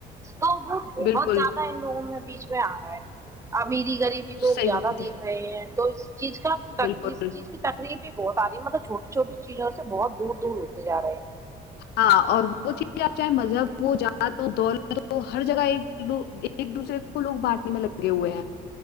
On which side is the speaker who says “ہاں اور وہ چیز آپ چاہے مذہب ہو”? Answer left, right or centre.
Left